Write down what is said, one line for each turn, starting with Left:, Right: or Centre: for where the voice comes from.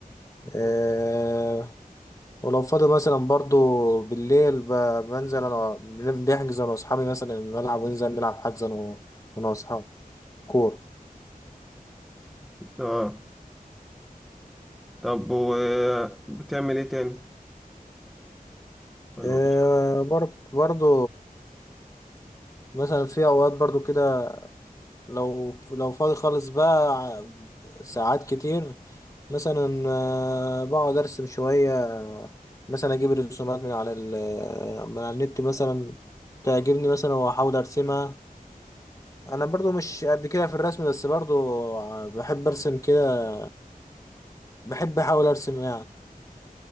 Left: آه ولو فاضي مثلا برضو بالليل ب- بنزل انا بن- بنحجز انا واصحابي مثلا الملعب وننزل نلعب حجز انا و- أنا واصحابي كورة
Centre: اه طب وبتعمل ايه تاني ولا
Left: آه
Centre: مفيش حاجة
Left: برضو برضو مثلا في اوقات برضو كده لو لو فاضي خالص بقى ع- ساعات كتير مثلا آه، بقعد ارسم شوية مثلا اجيب الرسومات من على ال من على النت مثلا تعجبني مثلا واحاول ارسمها انا برضو مش قد كده في الرسم بس برضو ع- بحب ارسم كده بحب احاول ارسم يعني